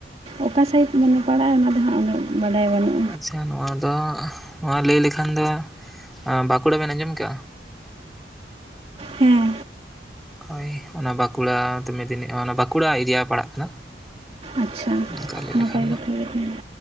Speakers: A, on the right; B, in the centre.
A: ᱚᱠᱟ ᱥᱟᱭᱤᱡ ᱢᱟᱱᱮ ᱯᱟᱲᱟᱜᱼᱟ ᱚᱱᱟ ᱫᱚ ᱦᱟᱸᱜ ᱩᱱᱟᱹᱜ ᱵᱟᱰᱟᱭ ᱵᱟᱹᱱᱩᱜᱼᱟ
B: ᱟᱪᱪᱷᱟ ᱱᱚᱣᱟ ᱫᱚ ᱱᱚᱣᱟ ᱞᱟᱹᱭ ᱞᱮᱠᱷᱟᱱ ᱫᱚ ᱵᱟᱸᱠᱩᱲᱟ ᱵᱮᱱ ᱟᱸᱡᱚᱢ ᱠᱟᱜᱼᱟ
A: ᱦᱮᱸ
B: ᱦᱳᱭ ᱚᱱᱟ ᱵᱟᱸᱠᱩᱲᱟ ᱢᱤᱫᱤᱱᱤ ᱵᱟᱸᱠᱩᱲᱟ ᱮᱨᱤᱭᱟ ᱯᱟᱲᱟᱜ ᱠᱟᱱᱟ
A: ᱟᱪᱪᱷᱟ
B: ᱚᱝᱠᱟ ᱞᱟᱭ
A: ᱱᱟᱯᱟᱭ
B: ᱞᱮᱠᱷᱟᱱ ᱫᱚ
A: ᱠᱟᱛᱷᱟ ᱜᱮ ᱛᱟᱦᱚᱞᱮ